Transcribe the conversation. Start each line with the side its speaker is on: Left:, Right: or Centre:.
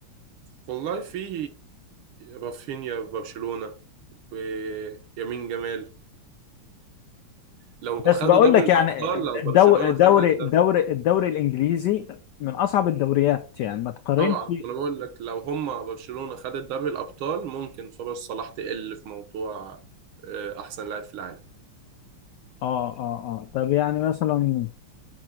Right: والله في رافينيا في برشلونة ويمين جمال لو
Left: بس
Right: خدوا
Left: بقول
Right: دوري
Left: لك
Right: الابطال
Left: يعني
Right: لو
Left: الدو-
Right: برشلونة
Left: الدوري
Right: خدت الدوري
Left: الدوري الدوري الانجليزي من اصعب الدوريات يعني ما تقارنش
Right: طبعا انا بقول لك لو هم برشلونة خدت دوري الابطال ممكن فرص صلاح تقل في موضوع آه، احسن لاعب في العالم
Left: اه اه اه طب يعني مثلا